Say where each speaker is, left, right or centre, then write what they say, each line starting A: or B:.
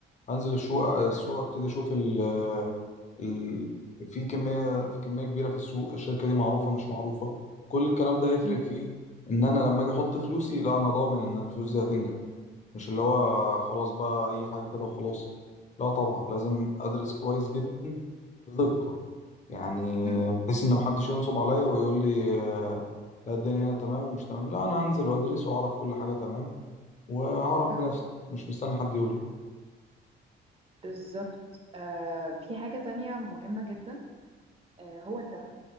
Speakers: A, on the left; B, on the right.
A: انزل السوق السوق
B: مم.
A: ابتدي اشوف ال ال في كميه في كميه كبيره في السوق الشركه دي معروفه مش معروفه كل الكلام ده هيفرق
B: مم.
A: فيه ان انا لما اجي احط فلوسي لا انا ضامن ان الفلوس دي هتنجح مش اللي هو خلاص بقى اي حاجه كده وخلاص لا طبعا لازم ادرس كويس جدا بدقه يعني
B: مم.
A: بحيث ان محدش ينصب عليا ويقول لي آه، لا الدنيا هنا تمام ومش تمام لا انا هنزل وادرس واعرف كل حاجه تمام وهعرف
B: مم.
A: بنفسي مش مستني حد يقول
B: بالظبط آه في حاجة تانية مهمة جدا آه، هو الذهب